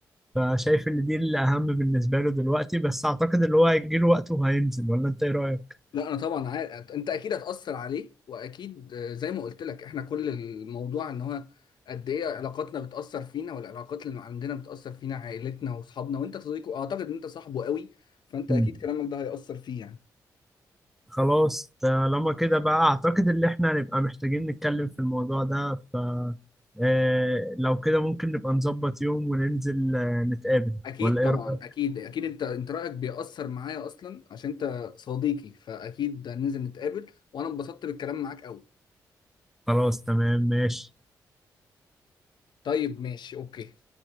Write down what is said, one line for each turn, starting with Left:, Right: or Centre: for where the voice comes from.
Centre: فشايف ان دي الاهم بالنسبه له دلوقتي بس اعتقد اللي هو هيجي له وقته وهينزل ولا انت ايه رايك
Left: لا انا طبعا عارف انت اكيد هتاثر عليه واكيد آه، زي ما قلت لك احنا كل الموضوع ان هو قد ايه علاقاتنا بتاثر فينا والعلاقات اللي عندنا بتاثر فينا عائلتنا واصحابنا وانت صديقه اعتقد ان انت صاحبه قوي فانت
Centre: مم.
Left: اكيد كلامك ده هياثر فيه يعني
Centre: خلاص طالما كده بقى اعتقد ان احنا هنبقى محتاجين نتكلم في الموضوع ده ف آه، لو كده ممكن نبقى نظبط يوم وننزل آه، نتقابل
Left: اكيد
Centre: ولا ايه
Left: طبعا
Centre: رأيك؟
Left: اكيد اكيد انت انت رايك بيأثر معايا اصلا عشان انت صديقي فاكيد هننزل نتقابل وانا انبسطت بالكلام معاك قوي
Centre: خلاص تمام ماشي
Left: طيب ماشي اوكي